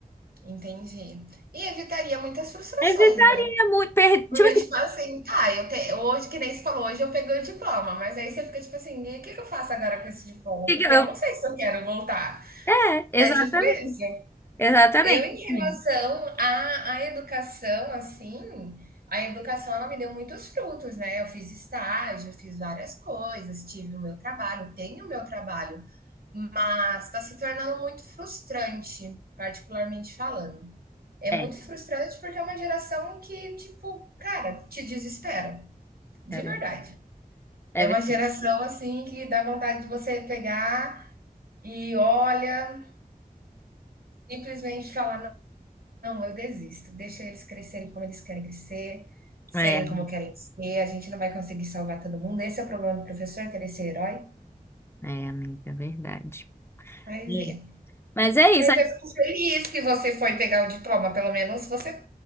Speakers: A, on the right; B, on the left.
A: Entendi. E evitaria muitas frustrações,
B: Evitaria
A: né?
B: muito. per-
A: Porque,
B: Tipo assim,
A: tipo
B: por
A: assim, tá, eu te... hoje, que nem você falou, hoje eu peguei o diploma, mas aí você fica tipo assim, e o que que eu faço agora com esse diploma?
B: que
A: Porque
B: que eu...
A: eu não sei se eu quero voltar.
B: É, exatamente.
A: É tipo isso.
B: Exatamente.
A: Eu em
B: assim.
A: relação à à educação, assim, a educação ela me deu muitos frutos, né, eu fiz estágio, fiz várias coisas, tive o meu trabalho, tenho o meu trabalho, mas está se tornando muito frustrante, particularmente falando. É
B: É,
A: muito frustrante porque é uma geração que, tipo, cara, te desespera, de
B: é verdade.
A: verdade.
B: É,
A: É
B: verdade.
A: uma geração, assim, que dá vontade de você pegar e olha, simplesmente falar: Não, eu desisto. Deixa eles crescerem como eles querem crescer, serem
B: é,
A: como querem ser. A gente não vai conseguir salvar todo mundo. Esse é o problema do professor, querer ser herói.
B: é, amiga, é verdade.
A: Aí
B: É.
A: vem.
B: Mas é isso.
A: Mas
B: aí-
A: eu fico feliz que você foi pegar o diploma. Pelo menos você